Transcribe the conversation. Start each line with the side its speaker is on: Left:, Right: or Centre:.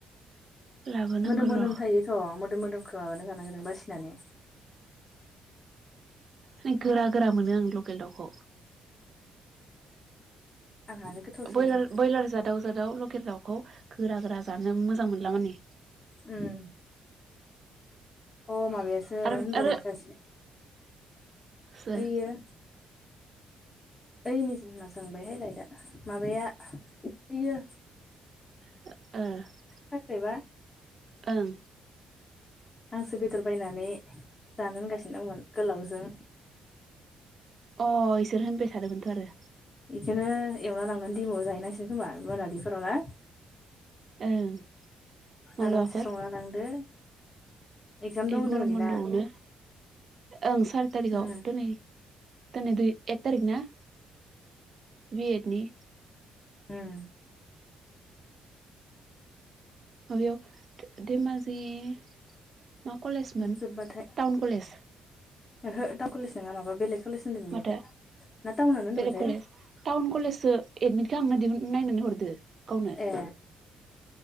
Right: लाबोनांगौ
Left: मोदोम मोदोम
Right: र'
Left: थायोथ' मोदोम मोदोमखौ माबाना जानांगो बासिनानै।
Right: माने गोरा गोरा मोनो आं लकेल दाउखौ
Left: उम आंहानो गोथावसो
Right: बयलार
Left: मोनो
Right: ब्रयलार जादाव जादाव लकेल दाउखौ गोरा गोरा जानो मोजां मोनला माने।
Left: उम अ माबायासो
Right: आरो
Left: होनदोंमोन
Right: आरो
Left: सासे
Right: सोर
Left: यैयो। ओइनि जोंना जोंबायहायलायदा माबाया ओइयो।
Right: <unintelligible>
Left: खाख्रेबा
Right: ओं।
Left: आंसो बेदर बायनानै जानो होनगासिनो दंमोन गोलावजों
Right: अ इसोर होनबाय थादोंमोनथ' आरो
Left: बेखौनो एवना लांनानै दैमाआव जाहैनांसिगोन खोमा मोनाब्लिफोराव ना।
Right: ओं। मालाबाफोर
Left: आरामसे संना लांदो। एगजाम दं
Right: ए
Left: होनदोंमोन
Right: गरम
Left: इना
Right: बन्द'आवनो ओं सारि थारिखाव
Left: उम
Right: दिनै। दिनै दुय एक थारिकना बिएडनि।
Left: उम।
Right: माबायाव दैमा जिं बै मा कलेजमोन
Left: उम जोब्बाथाय
Right: टाउन कलेज
Left: ओहो टावन कलेज नंङा माबा बेलेग। कलेज होनदों बियो
Right: माथो
Left: ना टाउनानो होनदोंमोनथाय
Right: बेलेग कलेज टाउन कलेजसो। एडमिट खालामनो दिहुन नायनानै हरदो गावनो।
Left: ए